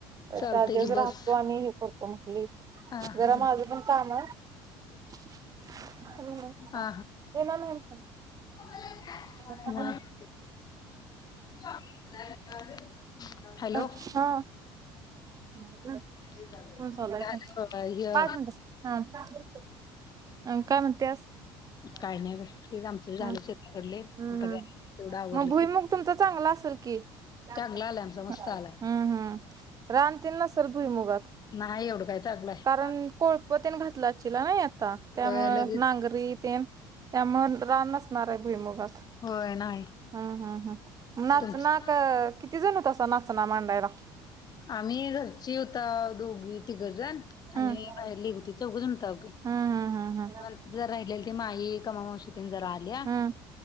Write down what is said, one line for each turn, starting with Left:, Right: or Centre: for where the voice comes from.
Right: चार
Left: चालतंय
Right: दिवस
Left: की बस
Right: राहतो आणि हे करतो म्हगली
Left: हा
Right: जरा
Left: हा
Right: माझं पण काम आहे. <unintelligible>
Left: हा हा <inaudible>
Right: म्हटलं.
Left: हॅलो
Right: अच्छा. मग तर
Left: झालं
Right: फोन चालू आहे
Left: बाबा ह्य
Right: पाच मिनट हा, अणी काय म्हनतेस. हा
Left: काय नाही बाई तेच आमचं झालं
Right: हम्
Left: शेताकडले आता
Right: हम्,
Left: काय तेवढं आवरलं
Right: मग भुईमूग
Left: की
Right: तुमचा चांगला असेल? की हम्म
Left: चांगला आलाय आमचा मस्त आलाय
Right: हम्म, रानतील नासल भुई मुगत.
Left: नाही ओढ काय. चांगला आहे
Right: कारण कोळपतेन घातला चिला नाही आता त्यामुळ
Left: अ लगेच
Right: नांगरी तेन. त्यामुळ रान नसणार आहे भुईमुगात.
Left: होय नाही.
Right: हा हा हा, नाचण्या
Left: तुमच
Right: क किती जण होत अस नाचना मांडायला.
Left: आम्ही घरची होता दोघी तिघजण.
Right: हम्म
Left: आणि बाहेर एक होती चौघच जन होताव हम.
Right: हम्म हम्म हम्म
Left: ज राहिलेली ती माई कमा मावशी जरा आल्या.
Right: हम्म